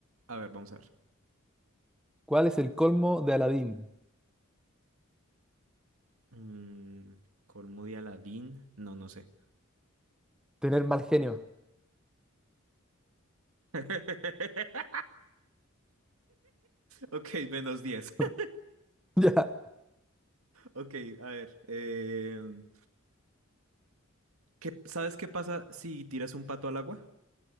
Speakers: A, on the right (about 80°); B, in the centre.
A: a ver, vamos a ver.
B: ¿Cuál es el colmo de Aladín?
A: Mm, colmo de Aladín. No, no sé.
B: Tener mal genio.
A: <laughs> Ok, menos 10. <laughs>
B: <laughs> Ya.
A: Ok, a ver. em, ¿qué- sabes qué pasa si tiras un pato al agua?